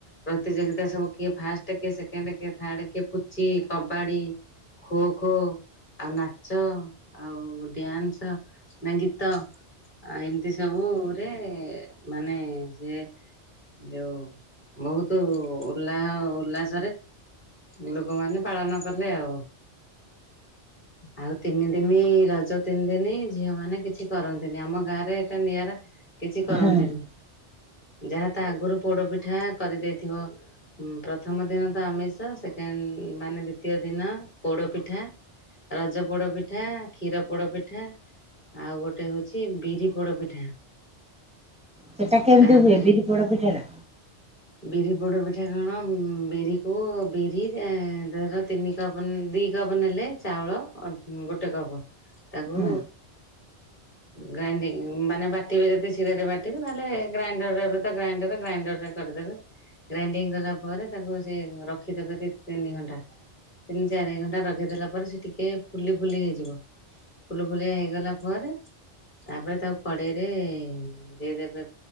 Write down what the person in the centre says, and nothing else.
ହୁଁ
ସେଟା କେମିତି
ହୁଏ ବିରି ପୋଡ ପିଠା ଟା?
ହୁଁ